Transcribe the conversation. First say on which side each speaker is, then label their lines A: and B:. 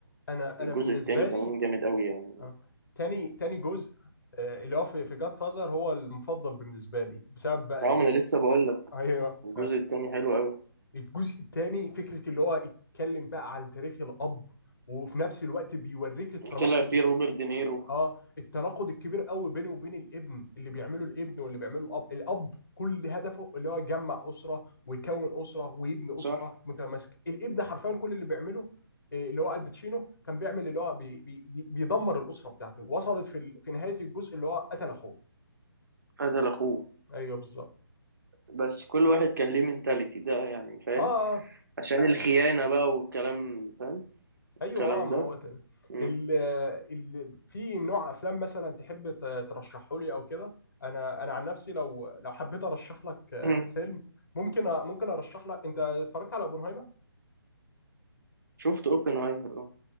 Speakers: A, on the left (about 55°); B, on the right (about 50°).
A: انا
B: الجزء
A: انا بالنسبه
B: التاني كمان
A: لي
B: جامد قوي يعني
A: آه،
B: <laughs>
A: تاني تاني جزء آه، اللي هو في في جاد فازر هو المفضل بالنسبه لي بسبب بقى
B: اه
A: ايه
B: ما انا لسه بقول
A: <laughs>
B: لك
A: ايوه
B: الجزء التاني حلو قوي
A: الجزء الثاني فكره اللي هو اتكلم بقى عن تاريخ الاب وفي نفس الوقت بيوريك التناقض
B: طلع فيه روبرت دينيرو
A: اه التناقض الكبير قوي بينه وبين الابن اللي بيعمله الابن واللي بيعمله الاب الاب كل هدفه اللي هو يجمع اسره ويكون اسره ويبني
B: صح
A: اسره متماسكه الابن حرفيا كل اللي بيعمله آه، اللي هو الباتشينو كان بيعمل اللي هو بي بي بي بيدمر الاسره بتاعته وصلت في ال... في نهايه الجزء اللي هو قتل اخوه
B: قتل اخوه
A: ايوه بالظبط
B: بس كل واحد كان ليه منتاليتي ده يعني فاهم
A: اه
B: عشان
A: معايا
B: الخيانه بقى والكلام فاهم
A: ايوه
B: الكلام
A: اه ما
B: ده
A: هو تاني
B: مم.
A: ال ال في نوع افلام مثلا تحب ترشحه لي او كده انا انا عن نفسي لو لو حبيت ارشح لك آه،
B: <clears throat>
A: فيلم ممكن أ- ممكن ارشح لك انت اتفرجت على اوبنهايمر
B: شفت اوبنهايمر اه